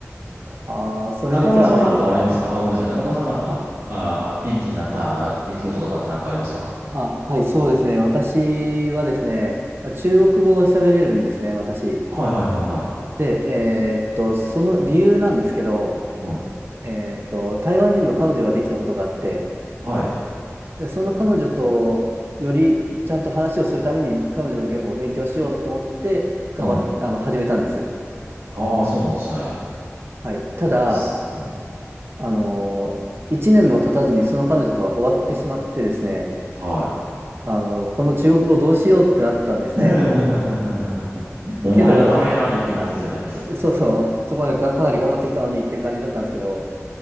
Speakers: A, on the right (about 50°); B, on the right (about 80°).
A: ああ、それでじゃあアメリカ、
B: 中村さんは何かありますかあ、ごめんなさい。中村さんなんか、
A: あ、あ、
B: あー、転機になった出来事とかって何かありますか
A: あ、はい、そうですね。私はですね、まあ中国語を喋れるんですね、私。
B: はいはいはいはい。
A: で、えーっと、その理由なんですけど、
B: はい。
A: えーっと、台湾人の彼女ができたことがあって、
B: はい。
A: で、その彼女とよりちゃんと話をするために彼女の言語を勉強しようと思って、
B: はい。
A: 頑張った、あの、始めたんです。
B: ああ、そうなんですね。
A: はい。ただ、
B: すはい。
A: あの、一年も経たずにその彼女とは終わってしまってですね、
B: はい。
A: あの、この中国語どうしようってなったんですね。
B: <laughs> お前のためやのにって感じですよね。
A: けど、そうそう、そこまでか、かなり頑張ってきたのにって感じだったんですけど、